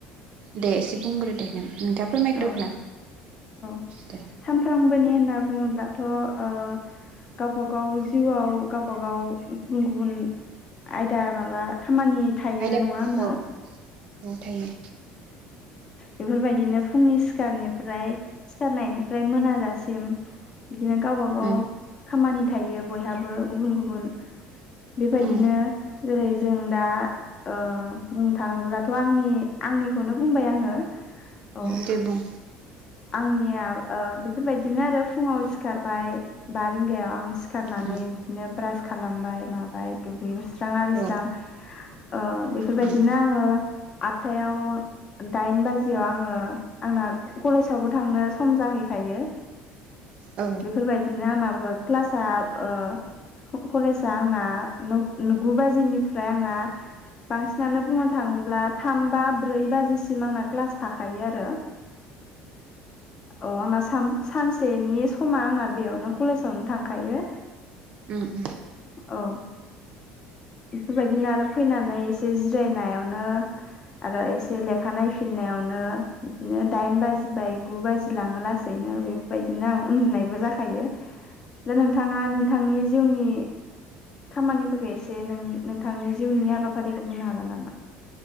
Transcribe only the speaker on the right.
दे एसे बुंग्रो दे नों नोंथाङा फोरमायग्रो
अब्ला
दे
आयदाफारि
औ औ थायो
उम
उम
उम दे बुं
उम
औ
औ
अ
उम उम